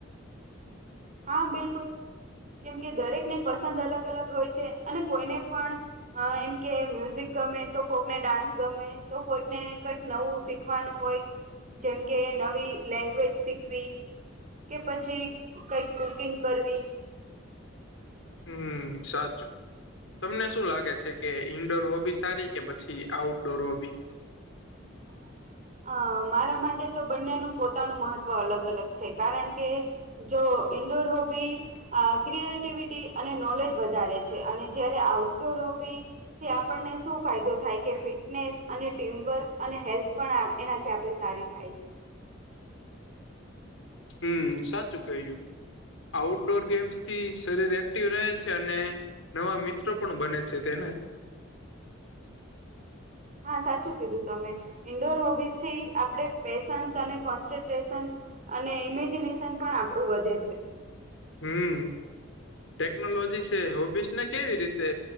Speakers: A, on the right; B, on the left.
A: હા, બિલકુલ. કેમ કે દરેકને પસંદ અલગ-અલગ હોય છે, અને કોઈને પણ અહ એમ કે મ્યુઝિક ગમે, તો કોકને ડાન્સ ગમે તો કોઈકને કંઈક નવું શીખવાનું હોય જેમ કે નવી લેંગ્વેજ શીખવી કે પછી કંઈક કુકિંગ કરવી
B: હમ્મ, સાચું. તમને શું લાગે છે, કે ઈન્ડોર હોબી સારી, કે પછી આઉટડોર હોબી?
A: <inaudible> અહ મારા માટે તો બંનેનું પોતાનું મહત્વ અલગ-અલગ છે, કારણ કે જો ઇન્ડોર હોબી અહ ક્રિએટિવિટી અને નોલેજ વધારે છે, અને જયારે આઉટડોર હોબી થી આપણને શું ફાયદો થાય, કે ફિટનેસ અને ટીમવર્ક અને હેલ્થ પણ આ એનાથી આપણી સારી થાય છે.
B: હમ્મ, સાચું કહ્યું. આઉટડોર ગેમ્સ થી શરીર એક્ટિવ રહે છે, અને નવા મિત્રો પણ બને છે, તેને
A: હા, સાચું કીધું તમે. ઇન્ડોર હોબીઝ થી આપણે પેશન્સ, અને કોન્સ્ટ્રટ્રેશન અને ઇમેજિનેશન પણ આપણું વધે છે.
B: હમ્મ. ટેકનોલોજીસ એ હોબીસ ને કેવી રીતે